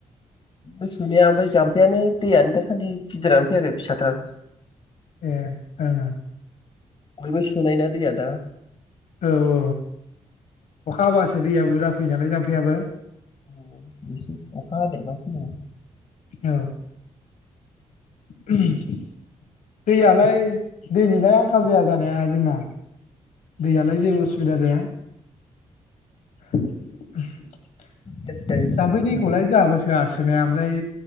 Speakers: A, on the left (about 45°); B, on the left (about 75°).
A: गोसौनिया ओमफ्राय जाम्फैयानो दैयानो दासान्दि गिदिरानो फैयाखै फिसाथार
B: ए ओं ओं
A: बयबो सोनायना दै आ दा
B: औ औ अखा हाबासो दैया बुरजा फैयो नालाय जामफैयाबो
A: उम बिसे अखा हादेरबा फैयो
B: औ दैयालाय दैनिलाय आंखाल जाया जानाया जोंना। दैयालाय जेबो गोरा जाया। <inaudible>
A: बिगासे गायनोसै
B: जाम्फै दैखौलाय जोंहाबो सोआ सोनाया ओमफ्राय